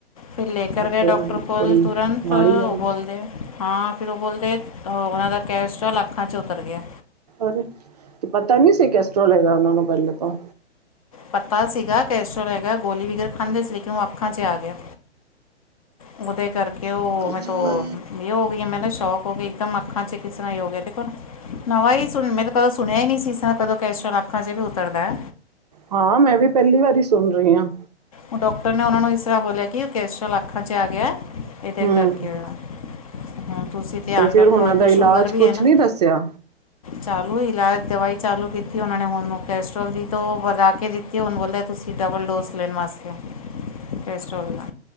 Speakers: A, on the left; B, on the right.
A: ਫਿਰ ਲੇ ਕਰ
B: ਇਹ
A: ਗਏ
B: ਤੇ
A: ਡਾਕਟਰ ਕੋਲ,
B: ਬੜੀ
A: ਤੁਰੰਤ
B: ਮਾੜੀ
A: ਉਹ
B: ਗੱਲ ਹੈ
A: ਬੋਲਦੇ ਹਾਂ ਫਿਰ ਉਹ ਬੋਲਦੇ ਉਹਨਾਂ ਦਾ ਕੈਸਟਲ ਅੱਖਾਂ ਚ ਉਤਰ ਗਿਆ।
B: ਅਰੇ, ਤੇ ਪਤਾ ਨੀ ਸੀ ਕੇਸਟੋ੍ਲ ਹੇਗਾ ਉਹਨਾ ਨੂੰ ਪਹਿਲੇ ਤੋਂ
A: ਪਤਾ ਸੀਗਾ ਕੈਸਟੋ੍ਲ ਹੈਗਾ, ਗੋਲੀ ਵਗੇਰਾ ਖਾਂਦੇ ਸੀ, ਲੇਕਿਨ ਉਹ ਅੱਖਾਂ ਚ ਆ ਗਿਆ। ਉਹਦੇ ਕਰਕੇ ਉਹ
B: ਅੱਜ
A: ਮੈਂ ਤੋ
B: ਕੱਲ
A: ਇਹ ਹੋ ਗਈ, ਮੈਂ ਸ਼ੌਕ ਹੋ ਗਈ ਇੱਕਦਮ ਅੱਖਾਂ ਚ ਕਿਸ ਤਰ੍ਹਾਂ ਹੀ ਹੋ ਗਿਆ ਦੇਖੋ ਨਵਾਂ ਹੀ ਸੁਣ ਮੈਂ ਤਾਂ ਕਦੇ ਸੁਣਿਆ ਹੀ ਨਹੀਂ ਸੀ ਕਿ ਕਦੇ ਕੈਲਸਟੋ੍ਲ ਅੱਖਾਂ ਚ ਵੀ ਉਤਰਦਾ।
B: ਹਾਂ ਮੈਂ ਵੀ ਪਹਿਲੀ ਵਾਰੀ ਸੁਣ ਰਹੀ ਹਾਂ।
A: ਉਹ ਡਾਕਟਰ ਨੇ ਉਹਨਾਂ ਨੂੰ ਇਸ ਤਰ੍ਹਾਂ ਬੋਲਿਆ ਕਿ ਉਹ ਕੈਸਟੋ੍ਲ ਅੱਖਾਂ ਚ ਆ ਗਿਆ ਇਹਦੇ
B: ਹੂੰ
A: ਕਰਕੇ ਹੋਇਆ ਹੁਣ ਤੁਸੀਂ ਧਿਆਨ
B: ਤੇ ਫਿਰ
A: ਰੱਖੋ
B: ਉਹਨਾਂ
A: ਔ
B: ਦਾ
A: ਤੇ
B: ਇਲਾਜ
A: ਸ਼ੂਗਰ ਵੀ
B: ਕੁਛ
A: ਏ ਨਾ।
B: ਨਹੀਂ ਦੱਸਿਆ
A: ਚਾਲੂ ਇਲਾਜ ਦਵਾਈ ਚਾਲੂ ਕੀਤੀ ਉਹਨਾਂ ਨੇ ਹੁਣ ਕੈਸਟਰ੍ਰੋਲ ਦੀ ਤੋਂ ਵਧਾ ਕੇ ਦਿੱਤੀ ਕਿ ਹੁਣ ਬੋਲਿਆ, ਤੁਸੀਂ ਡਬਲ ਡੋਜ਼ ਲੈਣ ਵਾਸਤੇ ਕਲੈਸਟਰੋਲ ਦਾ।